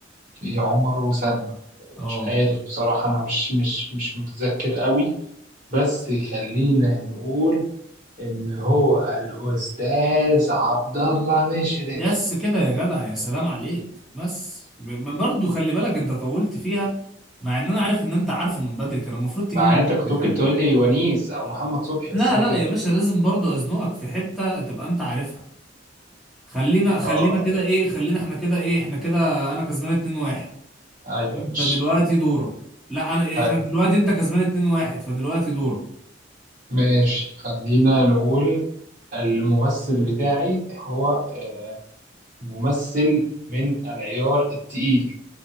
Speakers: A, on the right; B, in the centre.
A: في عمر وسلمى
B: اه
A: مش عارف بصراحة أنا مش مش مش متذكر قوي بس خلينا نقول إن هو الأستاذ عبد الله مشرف
B: يس كده يا جدع يا سلام عليك بس م- برضه خلي بالك انت طولت فيها مع ان انا عارف ان انت عارفه من بدري كان المفروض تجيبه
A: مع إن
B: من
A: أنت
B: بدري
A: كنت
B: خلي
A: ممكن تقول
B: بالك
A: لي ونيس أو محمد صبحي
B: لا
A: بس أنت
B: لا
A: جبت
B: يا باشا لازم برضه ازنقك في حتة تبقى انت عارفها خلينا خلينا
A: آه
B: كده ايه خلينا احنا كده ايه احنا كده انا كسبان 2-1
A: أيوه
B: انت
A: مش
B: دلوقتي دورك لا انا
A: طيب،
B: احنا دلوقتي انت كسبان 2-1 فدلوقتي دورك
A: ماشي خلينا نقول الممثل بتاعي هو آه، ممثل من العيار التقيل